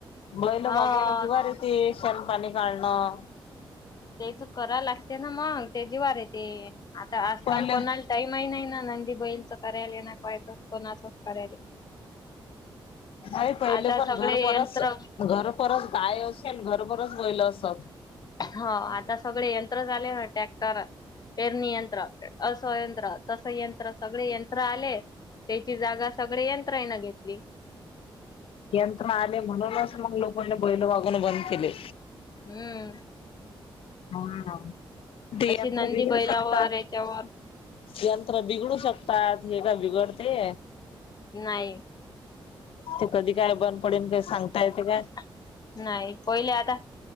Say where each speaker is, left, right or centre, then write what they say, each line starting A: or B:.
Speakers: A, on the left; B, on the left.
A: बैलं
B: हो.
A: वागवण जीवावर येते, शेन पाणी काढणं.
B: तेच करा लागते ना मग, ते जीवार येते. आता आजकाल
A: पहिले
B: कोणाला टाईमही नाही ना, नंदी बैलच करायल ना, कायचच, कोणाचच करायले.
A: नाही पहिले
B: आता
A: पण
B: सगळे
A: घर परस,
B: यंत्र
A: घर परस गाय असेल, घर परस बैलं असत.
B: हो आता सगळे यंत्र झाले ना, ट्रॅक्टर पेरणी यंत्र, अस यंत्र तस यंत्र सगळे यंत्र आले, तेची जागा सगळे यंत्रायण घेतली.
A: यंत्रना आले म्हणूनच मग लोकांनी बैल वागवन बंद केले.
B: हुं.
A: हा हा. ते आपल
B: नंदी
A: बिघडू
B: बैलावर
A: शकतात.
B: याच्यावर
A: यंत्र बिघडू शकतात. हे का बिघडते?
B: नाही
A: ते कधी काय बंद पडेन ते काय सांगता येत काय.
B: नाही. पहिले आता